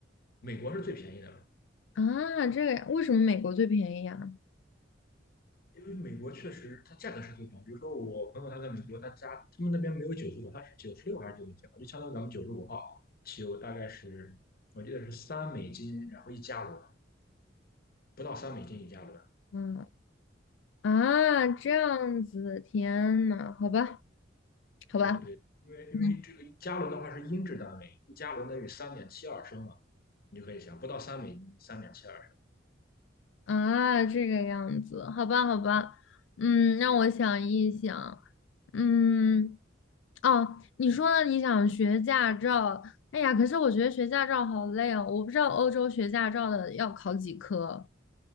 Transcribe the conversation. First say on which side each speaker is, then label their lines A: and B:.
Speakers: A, on the left (about 50°); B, on the left (about 70°).
A: 美国是最便宜的嘛，
B: 啊？这个呀为什么美国最便宜啊？
A: 因为美国确实它价格是最便宜。比如说我朋友他在美国，他家他们那边没有九十五，他是九十六还是九十九，就相当于咱们九十五号汽油大概是我记得是三美金，然后一加仑，不到三美金一加仑。
B: 嗯啊，这样子，天呐，好吧，好吧，
A: 对对，因为因为这个加仑的话是英制单位，
B: 嗯，
A: 一加仑等于三点七二升嘛，你就可以想，不到三美金，三点七二
B: 啊，这个样子，好吧，好吧，嗯，让我想一想，嗯，哦，你说呢？你想学驾照？哎呀，可是我觉得学驾照好累哦，我不知道欧洲学驾照的要考几科。